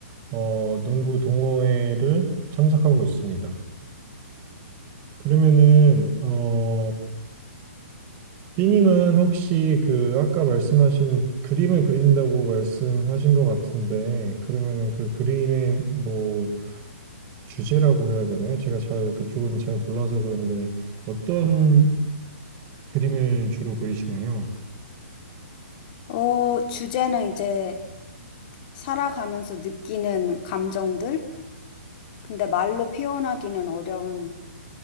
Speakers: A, on the right; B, on the left.
A: 어, 농구 동호회를 참석하고 있습니다. 그러면은, 어, 삐님은 혹시 그 아까 말씀하신 그림을 그린다고 말씀하신 것 같은데, 그러면은 그 그림의 뭐 주제라고 해야 되나요? 제가 잘 그쪽은 잘 몰라서 그런데 어떤 그림을 주로 그리시나요?
B: 어, 주제는 이제 살아가면서 느끼는 감정들? 근데 말로 표현하기는 어려운